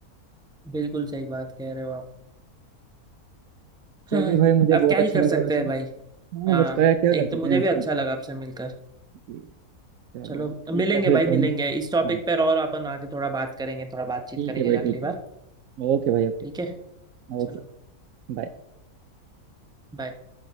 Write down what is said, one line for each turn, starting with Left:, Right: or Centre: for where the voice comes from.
Centre: बिल्कुल सही बात कह रहे हो आप
Right: चलिए
Centre: हाँ
Right: भाई मुझे
Centre: अब
Right: बहुत
Centre: क्या ही
Right: अच्छा
Centre: कर
Right: लगा
Centre: सकते
Right: वैसे
Centre: हैं भाई
Right: हाँ
Centre: हाँ
Right: बस क्या क्या
Centre: एक
Right: कर सकते
Centre: तो मुझे
Right: हैं
Centre: भी
Right: सब
Centre: अच्छा लगा आपसे मिलकर
Right: जी, चलिए
Centre: चलो
Right: ठीक
Centre: मिलेंगे
Right: है फिर
Centre: भाई
Right: कभी
Centre: मिलेंगे इस टॉपिक
Right: हाँ
Centre: पर और अपन आगे थोड़ा बात करेंगे थोड़ा बातचीत
Right: ठीक
Centre: करेंगे
Right: है भाई ठीक
Centre: अगली बार
Right: है ओके भाई ओके
Centre: ठीक है चलो
Right: ओके बाय
Centre: bye।